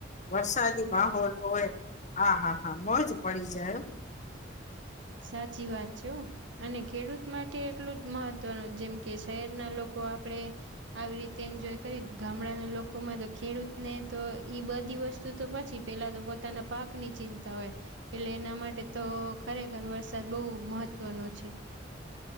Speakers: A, on the left; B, on the right.
A: વરસાદી માહોલ હોય. આ હા હા મોજ પડી જાય હો.
B: સાચી વાત છે અને ખેડૂત માટ એટલું જ મહત્વનું જેમ કે શહેરના લોકો આપડે, આવી રીતે એન્જોય કરીન ગામડાના લોકોમાં તો ખેડૂતને તો ઈ બધી વસ્તુ તો પછી, પેલા તો પોતાના પાક ની ચિંતા હોય એટલે એના માટે તો ખરેખર, ખર વરસાદ બહુ મહત્વનો છે.